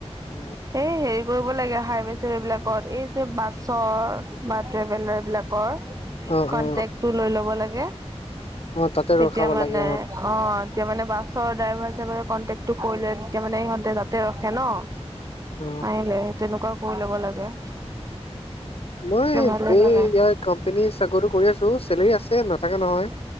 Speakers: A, on the left (about 60°); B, on the right (about 30°).
A: উম,
B: এই হেৰি কৰিব লাগে হাইৱে চাইৱে বিলাকত এই যে বাছৰ বা ট্ৰেভেলাৰ বিলাকৰ।
A: অ অ
B: কনটেকটো লৈ ল'ব লাগে
A: অ তাতে
B: তেতিয়া
A: ৰখাব
B: মানে
A: লাগে
B: অ, তেতিয়া মানে বাছৰ ড্ৰাইভাৰ চাইভাৰ কন্টেক্ট কৰিলে তেতিয়া মানে ইহঁতে তাতে ৰখে ন।
A: অ
B: আহিলে তেনেকুৱা ও কৰি ল'ব লাগে।
A: মই এই
B: ভালে ভালে
A: ইয়াৰ কোম্পানী চাকৰিটো কৰি আছো চেলেৰী আছে নাথাকে নহয়।